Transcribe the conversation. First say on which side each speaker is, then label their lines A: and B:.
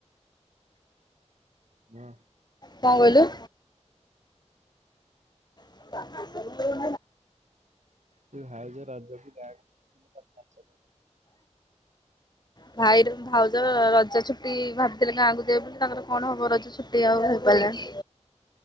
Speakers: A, on the right; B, on the left.
A: ହଁ।
B: କଣ କହିଲୁ। <unintelligible>
A: ଭାଉଜ ରାଜାକୁ <unintelligible>
B: ଭାଇର ଭାଉଜ ରଜଛୁ ଛୁଟି ଭାବିଥିଲି ଗାଁକୁ ଯାଇ ବୋଲି ତାଙ୍କର କଣ ହବ ରଜ ଛୁଟି ଆଉ ହେଇପାରିଲାନି।